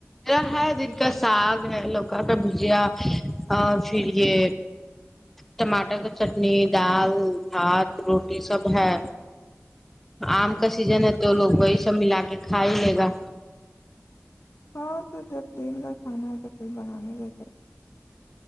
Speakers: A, in the centre; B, on the left.
A: میرا ہے دن کا ساگ ہے لوکا کا بھجیا پھر یہ ٹماٹر کا چٹنی دال بھات روٹی سب ہے آم کا سیزن ہے تو لوگ بش توب ملا کے کھا ہی لے گا
B: ہاں تو جب دین گ کھانا ہے تو کھر بنانے ل